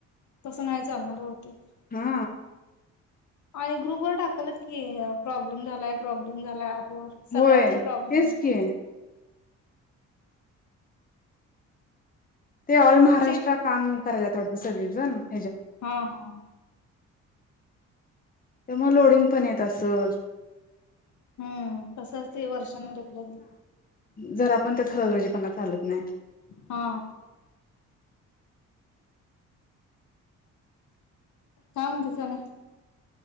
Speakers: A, on the left; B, on the left.
A: तस नाही चालणार होती
B: हा
A: आणि ग्रुपवर टाकल की प्रॉब्लेम झालाय प्रॉब्लेम झाला होर सगळ्यांचा
B: होय
A: प्रॉब्लेम
B: तेच
A: आला.
B: की ते ऑल महाराष्ट्र
A: चे
B: काम करायला ोड त सग वज ना
A: हा हा.
B: त्या मग लोडिंग पण येत असल.
A: हम्म तसच ते वर्षाने रकलं.
B: जर आपण त्याथरळगर्जीपणा चालत नाही
A: हा. काम तस ना.